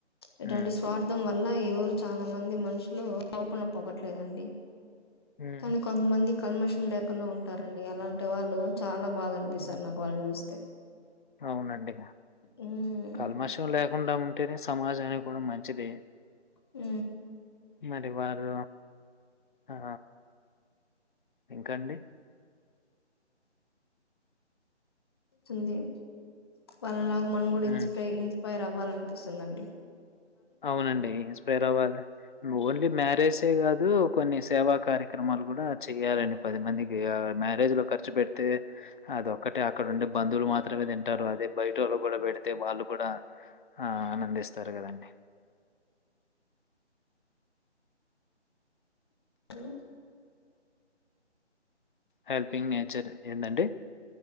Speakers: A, on the left; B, on the left.
A: ఇటువంటి
B: హ్మ్,
A: స్వార్థం వల్ల ఎవరు చాలా మంది మనుషులు మోపున పోవట్లేదండి
B: హ్మ్,
A: కానీ కొంతమంది కల్మషం లేకుండా ఉంటారండి అలాంటి వాళ్ళు చాలా బాగా అనిపిస్తారు
B: హ్మ్.
A: నాకు వాళ్ళనీ చూస్తే
B: అవునండి
A: ఉమ్
B: కల్మాషం లేకుండా ఉం టనే సమాజానికి కూడా మంచిది
A: ఉ
B: మరి వారు ఆ ఇంకాండి
A: ది వాలా లా నక్ మన కూడా
B: హ్మ్.
A: ఇన్స్పై ఇన్స్పైర్ అవ్వాలం పిస్తుందండి
B: అవునండి రవాల ఓన్లీ మ్యారేజే కాదు కొన్ని సేవా కార్యక్రమాలు కూడా చెయాలండి పది మందికి మ్యారేజ్ లో ఖర్చు పెడితే అది ఒక్కటే అక్కడ ఉండే బంధువులు మాత్రమే తింటారు అదే బయట వాళ్ళు కూడా పెడితే వాళ్ళు కూడా ఆ ఆనందిస్తారు కదండి
A: ట్రూ
B: హెల్పింగ్ నే చర్ ఏంటండీ